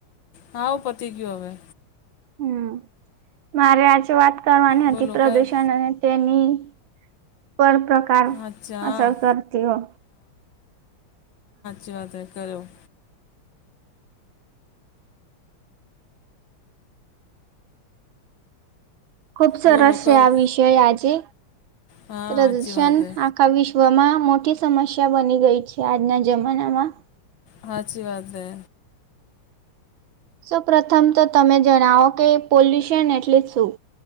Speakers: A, on the left; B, on the right.
A: હા આવું પતી ગીયુ હવે.
B: હમમ મારે આજે વાત કરવાની
A: બોલો
B: હતી પ્રદુષણ
A: કયા
B: અને તેની પર પ્ર કાર
A: અચ્છા
B: અસલ કરતી હો
A: જુએ આ તુએ કર્યું.
B: ખુબ સરસ
A: બોલો
B: છે
A: કરો
B: આ વિષય આજે
A: હા
B: પ્રદર્શન
A: સાચી વાત હે
B: આખા વિશ્વમાં મોટી સમસ્યા બની રહી છે આજના જમાનામાં
A: હાચી વાત હે.
B: સૌ પ્રથમ તો તમે જણાવો કે પોલ્યુશન એટલે શું?